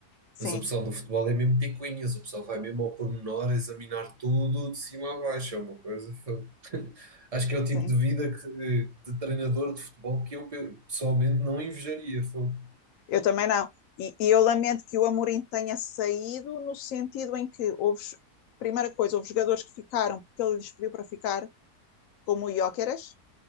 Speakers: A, on the left (about 70°); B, on the right (about 30°).
A: sim,
B: Mas o pessoal do futebol é mesmo picuinhas, o pessoal vai mesmo ao pormenor examinar tudo de cima a baixo, é uma coisa. fogo. Acho que é o tipo
A: sim.
B: de vida que- de treinador de futebol que eu pe- pessoalmente não invejaria, fogo.
A: Eu também não. E, e eu lamento que o Amorim tenha saído no sentido em que houve, primeira coisa, houve jogadores que ficaram porque ele lhes pediu para ficar, como o Gyökeres,